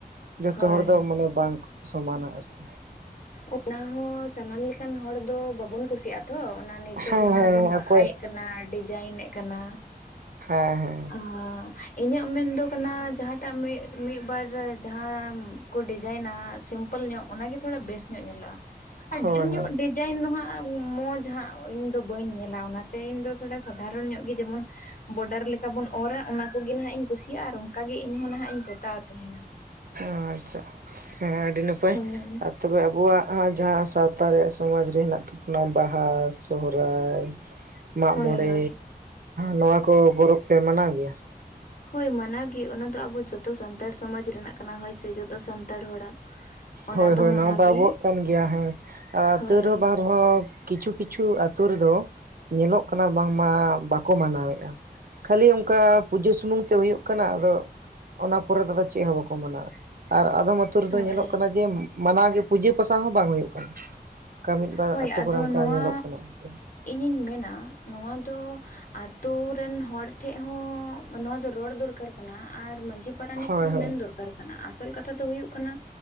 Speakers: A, on the right; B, on the left.
A: ᱡᱚᱛᱚ
B: ᱦᱳᱭ
A: ᱦᱚᱲ ᱫᱚ ᱢᱟᱱᱮ ᱵᱟᱝᱼᱼ ᱥᱚᱢᱟᱱᱟ ᱟᱨᱠᱤ
B: ᱚᱱᱟ ᱦᱚᱸ ᱥᱟᱱᱟᱢ ᱞᱮᱠᱟᱱ ᱦᱚᱲ ᱫᱚ ᱵᱟᱵᱚᱱ ᱠᱩᱥᱤᱭᱟᱜᱼᱟ ᱛᱚ ᱚᱱᱟ᱾ ᱱᱤᱛᱚᱜ
A: ᱦᱮᱸ
B: ᱡᱟᱦᱟᱸ
A: ᱦᱮᱸ
B: ᱵᱚᱱ ᱵᱟᱦᱟᱭᱮᱫ
A: ᱚᱠᱚᱭ
B: ᱠᱟᱱᱟ ᱰᱤᱡᱟᱭᱤᱱ ᱠᱟᱱᱟ᱾
A: ᱦᱮᱸ ᱦᱮᱸ
B: ᱟᱹ ᱤᱧᱟᱹᱜ ᱢᱮᱱᱫᱚ ᱠᱟᱱᱟ ᱡᱟᱦᱟᱸᱴᱟᱜ ᱢᱤᱫ ᱵᱟᱨ ᱡᱟᱦᱟᱸ᱾ ᱠᱚ ᱰᱤᱡᱟᱭᱤᱱᱟ ᱥᱤᱢᱯᱮᱞ ᱧᱚᱜ ᱚᱱᱟᱜᱮ ᱛᱷᱚᱲᱟ ᱵᱮᱥ ᱧᱚᱜ ᱧᱮᱞᱚᱜᱼᱟ ᱟᱨ
A: ᱦᱳᱭ
B: ᱰᱷᱮᱨ ᱧᱚᱜ
A: ᱦᱳᱭ
B: ᱡᱟ ᱫᱚ ᱦᱟᱸᱜ ᱢᱚᱡᱽ ᱦᱟᱸᱜ ᱤᱧ ᱫᱚ ᱵᱟᱹᱧ ᱧᱮᱞᱟ ᱚᱱᱟᱛᱮ ᱤᱧ ᱫᱚ ᱛᱷᱚᱲᱟ ᱥᱟᱫᱷᱟᱨᱚᱱ ᱧᱚᱜ ᱜᱮ ᱡᱮᱢᱚᱱᱼᱼ ᱵᱚᱰᱟᱨ ᱞᱮᱠᱟ ᱵᱚᱱ ᱚᱨᱟ ᱚᱱᱟ ᱠᱚᱜᱮ ᱱᱟᱦᱟᱜ ᱤᱧ ᱠᱩᱥᱤᱭᱟᱜᱼᱟ ᱟᱨ ᱚᱱᱠᱟ ᱜᱮ ᱤᱧᱦᱚᱸ ᱱᱟᱦᱟᱜ ᱤᱧ ᱯᱚᱛᱟᱣ ᱛᱟᱦᱮᱱᱟ᱾
A: ᱚ ᱟᱪᱷᱟ ᱦᱮᱸ ᱟᱹᱰᱤ ᱱᱟᱯᱟᱭ
B: ᱦᱳᱭ
A: ᱟᱨ ᱛᱚᱵᱮ ᱟᱵᱚᱣᱟᱜᱼᱼ ᱟᱨ ᱡᱟᱦᱟᱸ ᱥᱟᱶᱛᱟ ᱨᱮᱭᱟᱜ ᱥᱚᱢᱟᱡᱽ ᱨᱮ ᱦᱮᱱᱟᱜ ᱛᱟᱵᱚᱱᱟ ᱵᱟᱦᱟ ᱥᱚᱦᱟᱨᱟᱭᱼᱼ ᱢᱟᱜᱽ
B: ᱦᱳᱭ
A: ᱢᱚᱬᱮ
B: ᱦᱳᱭ
A: ᱱᱚᱣᱟ ᱠᱚ ᱯᱚᱨᱚᱵᱽ ᱯᱮ ᱢᱟᱱᱟᱣ ᱜᱮᱭᱟ᱾
B: ᱦᱳᱭ ᱢᱟᱱᱟᱣ ᱜᱮ ᱚᱱᱟ ᱫᱚ ᱟᱵᱚ ᱡᱚᱛᱚ ᱥᱟᱱᱛᱟᱲ ᱥᱚᱢᱟᱡᱽ ᱨᱮᱱᱟᱜ ᱠᱟᱱᱟ ᱦᱳᱭ ᱥᱮ ᱡᱚᱛᱚ ᱥᱟᱱᱛᱟᱲ ᱦᱚᱲᱟᱜ᱾ ᱚᱱᱟ
A: ᱦᱳᱭ ᱦᱳᱭ
B: ᱢᱟᱱᱟᱣ
A: ᱱᱚᱣᱟ ᱫᱚ
B: ᱜᱮ
A: ᱟᱵᱚᱣᱟᱜ ᱠᱟᱱ ᱜᱮᱭᱟ ᱦᱮᱸ
B: ᱦᱳᱭ
A: ᱛᱟᱹᱣ ᱨᱮᱦᱚᱸ ᱵᱟᱝᱼᱼ ᱦᱚᱸ ᱠᱤᱪᱷᱩ ᱠᱤᱪᱷᱩ ᱟᱹᱛᱩ ᱨᱮᱫᱚ ᱧᱮᱞᱚᱜ ᱠᱟᱱᱟ ᱵᱟᱝᱢᱟ ᱵᱟᱠᱚ ᱢᱟᱱᱟᱣᱮᱫᱼᱟ ᱠᱷᱟᱹᱞᱤ ᱚᱱᱠᱟ ᱯᱩᱡᱟᱹ ᱥᱩᱢᱩᱝ ᱛᱮ ᱦᱩᱭᱩᱜ ᱠᱟᱱᱟ ᱟᱫᱚ ᱚᱱᱟ ᱯᱚᱨᱮ ᱛᱚ ᱪᱮᱫ ᱦᱚᱸ ᱵᱟᱠᱚ ᱢᱟᱱᱟᱣᱟ ᱟᱨ ᱟᱫᱚᱢ ᱟ ᱟᱹᱛᱩ ᱨᱮᱫᱚ
B: ᱦᱳᱭ
A: ᱧᱮᱞᱚᱜ ᱠᱟᱱᱟ ᱡᱮ ᱢᱟᱱᱟᱣ ᱜᱮ ᱯᱩᱡᱟᱹ ᱯᱟᱥᱟ ᱦᱚᱸ ᱵᱟᱝ ᱦᱩᱭᱩᱜ ᱠᱟᱱᱟ ᱚᱱᱠᱟ ᱢᱤᱫ ᱵᱟᱨ
B: ᱦᱳᱭ
A: ᱟᱹᱛᱩ
B: ᱟᱫᱚ
A: ᱠᱚᱨᱮ ᱚᱱᱠᱟ
B: ᱱᱚᱣᱟ
A: ᱧᱮᱞᱚᱜ ᱠᱟᱱᱟ ᱟᱨᱠᱤ
B: ᱤᱧᱤᱧ ᱢᱮᱱᱟ ᱱᱚᱣᱟ ᱫᱚᱼᱼ ᱟᱹᱛᱩ ᱨᱮᱱ ᱦᱚᱲ ᱴᱷᱮᱡ ᱦᱚᱸ ᱱᱚᱣᱟ ᱫᱚ ᱨᱚᱲ ᱫᱚᱨᱠᱟᱨ ᱠᱟᱱᱟ ᱟᱨ ᱢᱟᱺᱡᱷᱤ ᱯᱟᱨᱟᱱᱤᱠ
A: ᱦᱳᱭ
B: ᱠᱚᱦᱚᱸ
A: ᱦᱳᱭ
B: ᱢᱮᱱ ᱫᱚᱨᱠᱟᱨ ᱟᱥᱚᱞ ᱠᱟᱛᱷᱟ ᱫᱚ ᱦᱩᱭᱩᱜ ᱠᱟᱱᱟ